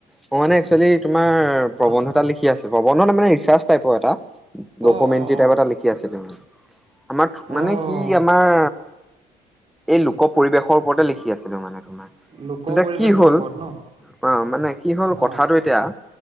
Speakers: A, in the centre; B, on the right.
A: মই মানে এক্সুৱেলি তোমাৰ প্ৰবন্ধ
B: অ',
A: এটা লিখি আছোঁ। প্ৰৱন্ধ ন মানে ৰিচাৰ্ছ টাইপৰ এটা, ডকুমেণ্টেৰী
B: অ', অ', অ',
A: টাইপ এটা লিখি আছিলো মানে। আমাৰ মানে
B: অ',
A: কি আমাৰ এই লোক পৰিৱেশৰ ওপৰতে লিখি আছিলো মানে তোমাৰ। এতিয়া
B: লোক পৰিৱেশৰ
A: কি হ'ল
B: ওপৰত ন?
A: অ, মানে কি হ'ল কথাটো
B: অ',
A: এতিয়া